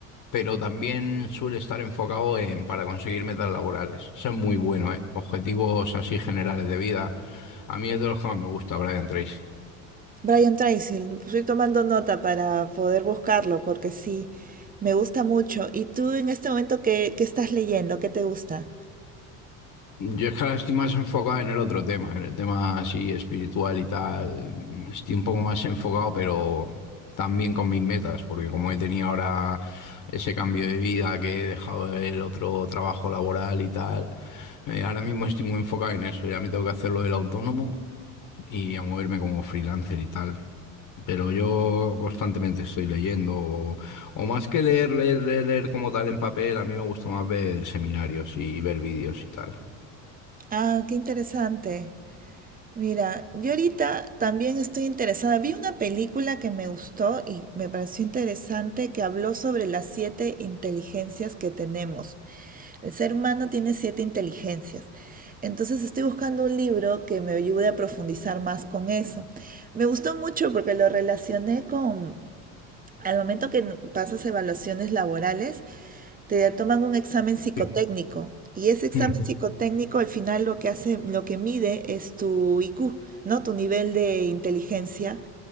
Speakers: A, on the left (about 50°); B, on the right (about 20°).
A: pero también suele estar enfocado en para conseguir metas laborales. Eso es muy bueno, ¿eh? Objetivos así generales de vida. A mí es de los que más me gusta Brian Tracy.
B: Brian Tracy. Estoy tomando nota para poder buscarlo porque sí, me gusta mucho. ¿Y tú en este momento qué, qué estás leyendo? ¿Qué te gusta?
A: Yo es que ahora estoy más enfocado en el otro tema, en el tema así espiritual y tal. Estoy un poco más enfocado, pero también con mis metas, porque como he tenido ahora ese cambio de vida que he dejado el otro trabajo laboral y tal, eh, ahora mismo estoy muy enfocado en eso. Ya me tengo que hacer lo del autónomo y a moverme como freelancer y tal. Pero yo constantemente estoy leyendo, o, o más que leer, leer, leer, leer como tal en papel, a mí me gusta más ver seminarios y ver vídeos y tal.
B: Ah, qué interesante. Mira, yo ahorita también estoy interesada. Vi una película que me gustó y me pareció interesante que habló sobre las siete inteligencias que tenemos. El ser humano tiene siete inteligencias. Entonces estoy buscando un libro que me ayude a profundizar más con eso. Me gustó mucho porque lo relacioné con, al momento que n- pasas evaluaciones laborales, te toman un examen psicotécnico
A: Sí.
B: y ese examen
A: Ujú.
B: psicotécnico al final lo que hace, lo que mide es tu IQ, ¿no? Tu nivel de inteligencia.